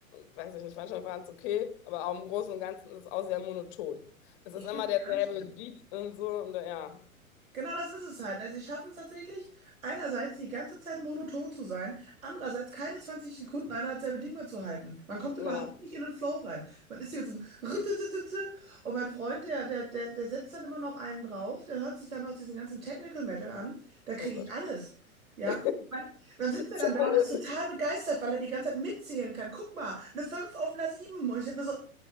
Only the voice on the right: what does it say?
Ich
finde es
sehr anstrengend.
Genau das ist es halt. Ne? Sie schaffen es tatsächlich, einerseits die ganze Zeit monoton zu sein, andererseits keine 20 Sekunden einer selbe Ding mehr zu halten. Man kommt
überhaupt nicht in den Flow rein. Man ist hier so rüttetete und mein Freund, der, der, der, der setzt dann immer noch einen drauf, der hört sich dann auch diesen ganzen Technical Metal an, da kriege
ich alles. Ja,
Ich mein, dann sitzt er
dann da und ist total begeistert, weil er die ganze Zeit mitzählen kann. Guck mal, eine 5 auf einer sieben Und ich hab mir so,